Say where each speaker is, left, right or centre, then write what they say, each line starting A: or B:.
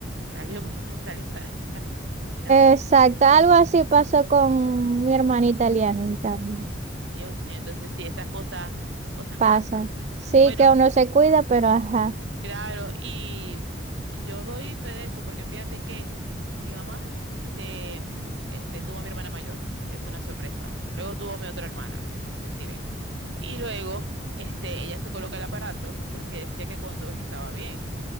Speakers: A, on the right; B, on the right.
A: Salió, <laughs> para- salió embarazada de aire.
B: Exacto, algo así pasó con mi hermanita Liani también.
A: Dios mío, entonces sí, esas cosas, cosas
B: Pasa.
A: pasan.
B: Sí
A: Bueno,
B: que uno se cuida, pero ajá,
A: claro, y eh, yo doy fe de eso, porque fíjate que mi mamá se, mm, este, tuvo a mi hermana mayor, que fue una sorpresa. Luego tuvo a mi otra hermana, deciré. Y luego, este, ella se coloca el aparato, porque decía que cuando estaba bien.